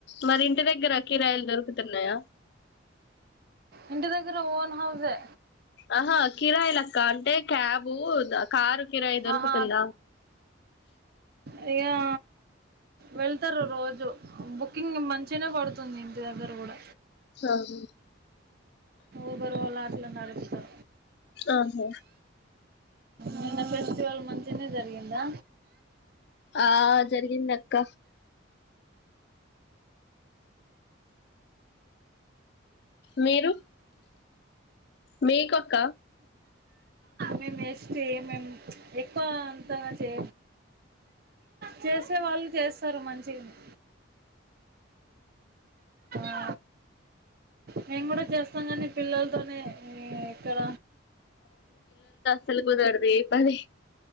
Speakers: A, on the left; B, on the right.
A: మరి ఇంటి దగ్గర కిరాయలు దొరకు తన్నాయ
B: ఇంటి దగ్గర ఓన్ హౌజే
A: ఆహా కిరాయి లెక్క అంటే క్యాబు కారు కిరాయి దొరుకుతుందా
B: ఆహా ఆ ఇంకా వెళ్తారు రోజు బుకింగ్ మంచిగానే పడుతుంది ఇంటి దగ్గర కూడా
A: ఆహా
B: ఉబెర్ వాాల అట్లా నరేష్ కద
A: ఆహా
B: నిన్న ఫెస్టివల్ మంచిగనే జరిగిందా
A: ఆ జరిగింది అక్క మీరు మేకక్క
B: మేము ఎస్టీ మేము ఎక్కువ అంతగా చే చేసే వాళ్ళు చేస్తారు మంచిగానే ఆ మేం కూడా చేస్తాం కానీ పిల్లలతోనే ఇక్కడ
A: ఫుల్ <unintelligible> పని